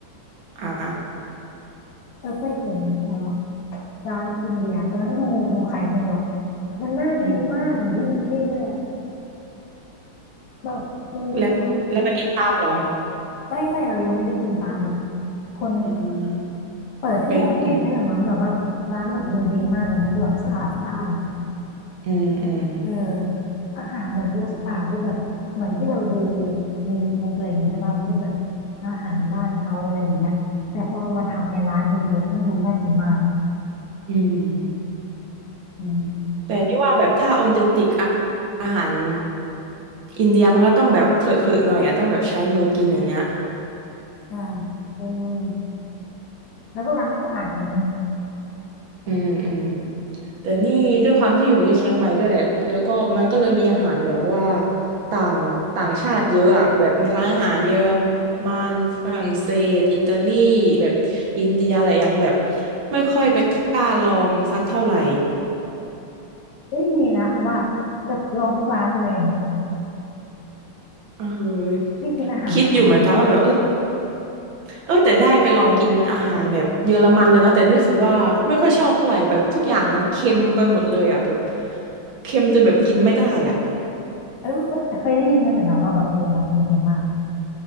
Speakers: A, on the right; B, on the left.
A: อ่า
B: เราเคยเห็นอะไรวะร้านอินเดียตอนนั้นดูดูใครไม่รู้อะมันน่ากินมากอยู่ที่กรุงเทพนี่แหละ
A: อืม
B: แบบมันดูแบบ
A: แล้วแล้วไปกินตามเหรอ
B: ไม่ไม่เรายังไม่ได้กินตามแบบคน
A: อ่า
B: เปิดที่กรุงเทพนี่แหละมั้งแบบว่าร้านแบบดูดีมากเลยนะดูแบบสะอาดสะอาดอะ
A: ไปอืมอืมอืม
B: เอออาหารแบบดูสะอาดดูแบบเหมือนที่เราดูใน y o u t u b อะไรอย่างเงี้ยใช่ป่ะมันก็แบบอาหารบ้านเขาอะไรอย่างเงี้ยแต่พอเอามาทำในร้านดีๆอะมันดูน่ากินมาก
A: อืม
B: อืม
A: แต่ที่ว่าแบบถ้าออเทนติกอาอาหารอินเดียมันก็ต้องแบบเคลอะเคลอะหน่อยอะต้องแบบใช้มือกินอย่างเนี้ย
B: ใช่ใช่มือแล้วก็ล้างให้สะอาดไง
A: อืมอืมแต่นี่ด้วยความที่อยู่ในเชียงใหม่ด้วยแหละแล้วก็มันก็เลยมีอาหารแบบว่าต่างต่างชาติเยอะอ่ะแบบมีร้านอาหารเยอรมันฝรั่งเศสอิตาลีแบบอินเดียแต่ยังแบบไม่ค่อยไปกล้าลองสักเท่าไหร่
B: เฮ้ยดีนะคือว่าแบบลองทุกร้านไปเลยอย่างเงี้ย
A: เออ
B: ได้กินอาหารหลากหลาย
A: คิดอยู่เหมือนกันว่าแบบเออเออแต่ได้ไปลองกินอาหารแบบเยอรมันแล้วนะแต่รู้สึกว่าไม่ค่อยชอบเท่าไหร่แบบทุกอย่างมันเค็มไปหมดเลยอ่ะแบบเค็มจนแบบกินไม่ได้อ่ะ
B: เออแล้เคยได้ยินมาอยู่นะว่าแบบเยอรมันกินเค็มมาก